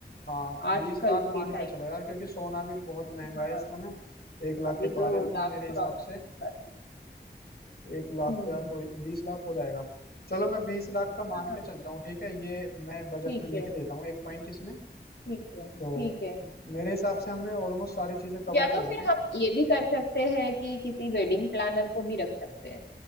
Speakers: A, on the left (about 65°); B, on the left (about 85°).
A: हाँ
B: आजकल
A: बीस लाख
B: के
A: मान के
B: टाइम
A: चलो यार क्योंकि सोना भी बहुत महंगा
B: हाँ
A: है इस समय एक लाख
B: अभी
A: के पार
B: तो
A: है तो
B: लाख
A: मेरे हिसाब
B: क्रॉस
A: से
B: कर दिए
A: एक लाख
B: हम्म
A: तो यार हो बीस लाख हो जाएगा चलो मैं बीस लाख का मान
B: हाँ
A: के चलता हूँ ठीक है ये मैं बजट
B: ठीक
A: में लिख
B: है
A: देता हूँ एक पॉइंट इसमें
B: ठीक है
A: तो
B: ठीक है
A: मेरे हिसाब से हमने ऑलमोस्ट सारी चीजें कवर
B: या
A: कर
B: तो फिर
A: दी हैं
B: हम ये भी कर सकते हैं कि किसी वेडिंग प्लानर को भी रख सकते हैं